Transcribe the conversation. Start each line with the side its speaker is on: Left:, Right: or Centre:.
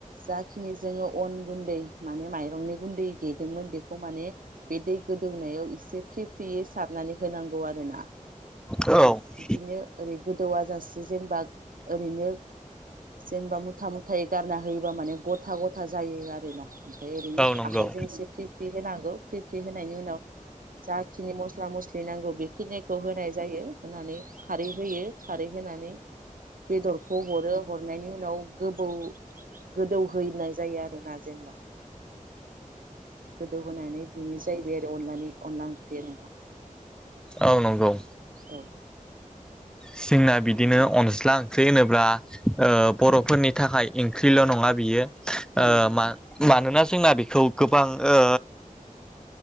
Right: जा खिनि जोङो अन गुन्दै माने माइरंनि गुन्दै देदोंमोन बेखौ माने बे दै गोदौनायाव एसे फ्रि फ्रियै सारनानै होनांगौ आरो ना।
Centre: औ
Right: बिदिनो ओरै गोदौवा जासे जेनबा ओरैनो जेनबा मुथा मुथायै गारना होयोबा माने गथ ग'था ग'था जायो आरोना ओमफाय ओरैनो
Centre: नंगौ
Right: आखाइजों एसे फ्रि फ्रि होनांगौ। फ्रि फ्रि होनायनि उनाव जाखिनि मस्ला मस्लि नांगौ बेखिनिखौ होनाय जायो होनानै खारै होयो खारै होनानै बेदरखौ हरो हरनायनि उनाव गोबौ गोदौ होयैनाय जायो आरो ना जेनबा। गोदौ होनोनानै बेनो जाहैबाय आरो अनलानि अनला ओंख्रिया नोंथां।
Centre: औ नंगौ।
Right: औ।
Centre: जोंना बिदिनो अनज्ला ओंख्रि होनोब्ला ओ बर'फोरनि थाखाय इंख्रिल' नङा बियो ओ
Right: औ
Centre: मा मानोना जोंना बेखौ गोबां ओ